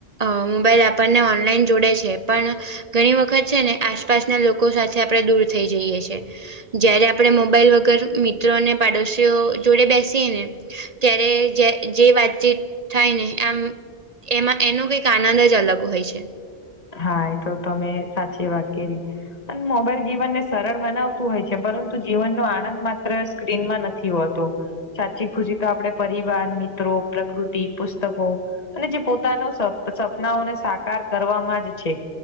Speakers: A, on the right; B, on the left.
A: અ મોબાઈલ આપણને ઓનલાઈન જોડે છે પણ ઘણી વખત છે ને આસપાસના લોકો સાથે આપણે દૂર થઈ જઈએ છે. જયારે આપણે મોબાઈલ વગર મિત્રો અને પાડોશીઓ જોડે બેસ સીએ ને ત્યારે જે જે વાતચીત થાય ને આમ‌ એમાં એનો કંઈક આનંદ જ અલગ હોય છે.
B: હા એતો તમે સાચી વાત કરી. અને મોબાઈલ જીવનને સરળ બનાવતું હોય છે, પરંતુ જીવનનો આનંદ માત્ર સ્ક્રીનમાં નથી હોતો. સાચી ખુશી તો આપડે પરિવાર, મિત્રો, પ્રકૃતિ, પુસ્તકો અને જે પોતાનો સપ સપનાઓને સાકાર કરવા માટે છે